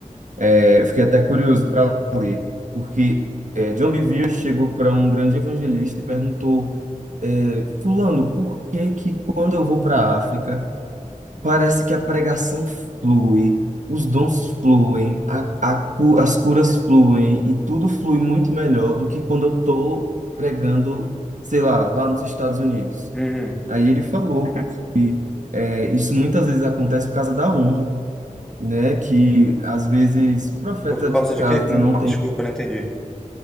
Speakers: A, on the right; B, in the centre.
A: É, eu fiquei até curioso para ler, porque é, John Bevere chegou para um grande evangelista e perguntou, é, Fulano, por que que quando eu vou para a África, Parece que a pregação flui, os dons fluem, a, a cu- as curas fluem e tudo flui muito melhor do que quando eu estou pregando, sei lá, lá nos Estados Unidos.
B: Uhum.
A: Aí ele falou que é, isso muitas vezes acontece por causa da honra, né? Que às vezes o profeta
B: Por causa
A: de casa
B: de quê? Que não-
A: não
B: Desculpa,
A: tem
B: eu não entendi.